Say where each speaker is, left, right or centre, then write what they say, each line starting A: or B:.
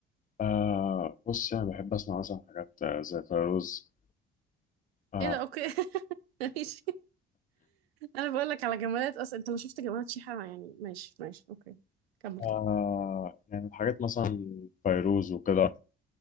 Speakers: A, on the left; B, on the right.
A: آه بصي أنا بحب أسمع مثلا حاجات آه، زي فيروز آه
B: ايه ده اوكي <laughs> ماشي انا بقول لك على جمالات اصلا انت لو شفت جمالات شيحة يعني ماشي ماشي اوكي كمل
A: آه
B: كمل
A: يعني حاجات مثلا فيروز وكده